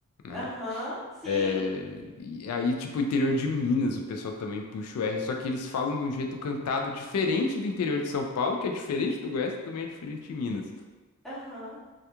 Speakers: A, on the left; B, in the centre.
A: né?
B: Aham, sim.
A: É, e aí, tipo, interior de Minas, o pessoal também puxa o R, só que eles falam de um jeito cantado diferente do interior de São Paulo, que é diferente do Goiás, que também é diferente de Minas.
B: Aham.